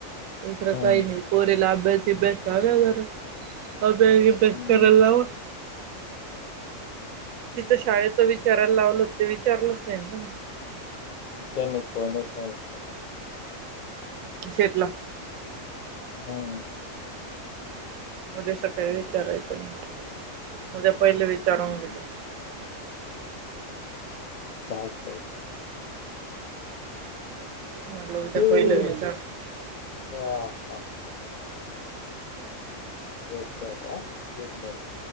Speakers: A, on the right; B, on the left.
A: दुसरं
B: हम्म
A: काही नाही. पोरीला अभ्यास <unintelligible> सिबस जरा अ बसला.
B: हम्म
A: तिचं शाळेत विचारायला लावलं ते विचारलंच नाही ना.
B: त्यांनी फोनच नाही उचलला
A: शीतला. <unintelligible>
B: हो.
A: उद्या सकाळी काही विचारायचं ना उद्या पहिले विचारा
B: हम्म
A: घ्या.
B: चालतंय.
A: म्हटलं उद्या
B: हेयो,
A: पहिले विचार
B: हा हा. झोपतो आता आ? Good night.